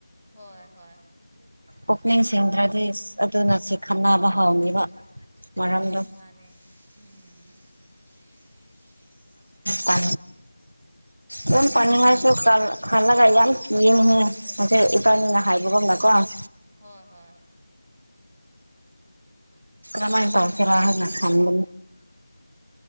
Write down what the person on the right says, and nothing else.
ꯄꯨꯛꯅꯤꯡꯁꯤꯡꯗ꯭ꯔꯗꯤ ꯑꯗꯨꯅ ꯁꯤ ꯈꯟꯅꯕ ꯍꯧꯥꯎꯅꯤꯕ ꯃꯔꯥꯡꯗ
ꯄ ꯑꯗꯨꯝ ꯄ ꯉꯥꯏꯁꯨ ꯀ ꯍꯜꯂꯒꯥꯏ ꯌꯥ ꯀ ꯅꯍ ꯑ ꯏꯀꯅꯤ
ꯅ ꯍꯥꯏꯕꯕ ꯃꯅꯥꯀ
ꯏꯃꯥꯏ ꯇꯧꯔꯅ ꯈꯅꯤ